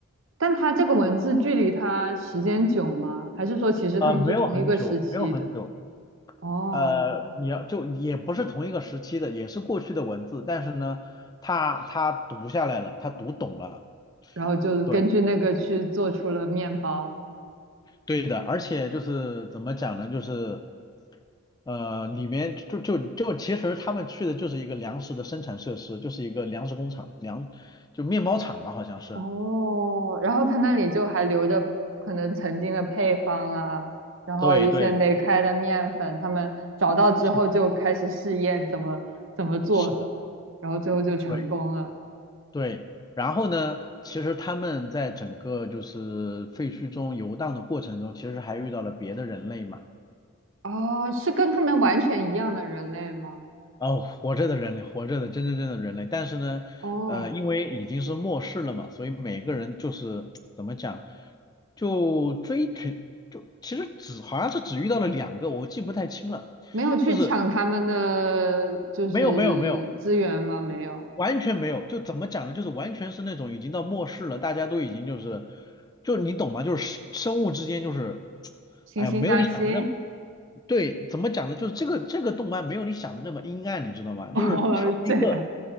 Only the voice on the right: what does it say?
但它这个文字距离它时间久吗？还是说其实他们是同一个时期的？
哦，
然后就根据那个去做出了面包。
哦，然后他那里就还留着可能曾经的配方啊，然后一些没开的面粉，
他们找到之后就开始试验怎么怎么做，
然后最后就成功了。
哦，是跟他们完全一样的人类吗？
哦，
没有去抢他们的就是
资源吗？没有，
惺惺相惜。
<laughs>
哦，这样